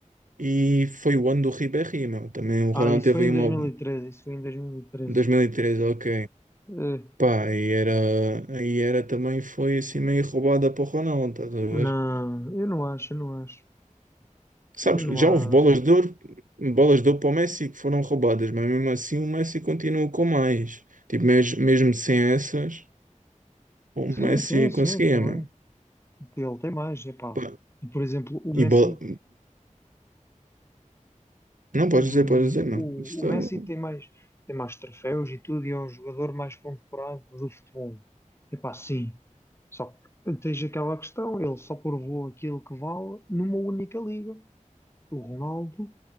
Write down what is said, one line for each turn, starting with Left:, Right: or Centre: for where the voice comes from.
Right: e foi o ano do Ribéry, meu. Também o Ronaldo
Left: Ah, isso
Right: teve
Left: foi em
Right: aí uma
Left: 2013, isso foi em 2013.
Right: dois mil e três ok.
Left: Eh,
Right: Pá, e era, e era também foi assim meio roubada para o Ronaldo, estás a ver?
Left: não, eu não acho, eu não acho.
Right: Sabes,
Left: Eu não
Right: já
Left: há.
Right: houve bolas de ouro, bolas de ouro para o Messi que foram roubadas, mas mesmo assim o Messi continua com mais. Tipo, mes- mesmo sem essas, o
Left: Sim,
Right: Messi
Left: sim, sim,
Right: conseguia,
Left: também.
Right: mano.
Left: Ele tem mais, epá.
Right: Pá,
Left: E, por exemplo, o
Right: e
Left: Messi
Right: bola... Não,
Left: O,
Right: podes dizer, podes dizer, não.
Left: o,
Right: Isto...
Left: o Messi tem mais, tem mais troféus e tudo, e é o jogador mais condecorado do futebol. Epá, sim. Só que tens aquela questão, ele só provou aquilo que vale numa única liga. O Ronaldo